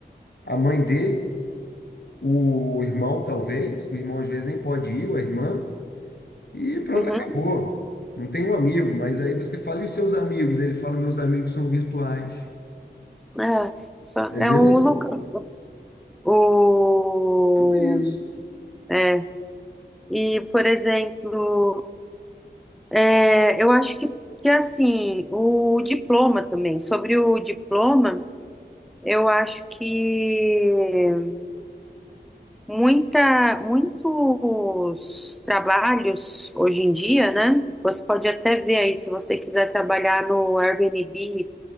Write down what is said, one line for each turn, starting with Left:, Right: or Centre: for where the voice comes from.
Left: a mãe dele, o irmão talvez, o irmão às vezes nem pode ir, ou a irmã, e pronto,
Centre: uhum,
Left: acabou. Não tem um amigo, mas aí você fala, e os seus amigos? Ele fala, meus amigos são virtuais.
Centre: é, só,
Left: Entendeu?
Centre: é o Lucas, o,
Left: Então é isso.
Centre: é, e, por exemplo, é, eu acho que, que, assim, o diploma também, sobre o diploma, eu acho que Muita, muitos trabalhos hoje em dia, né? Você pode até ver aí, se você quiser trabalhar no Airbnb,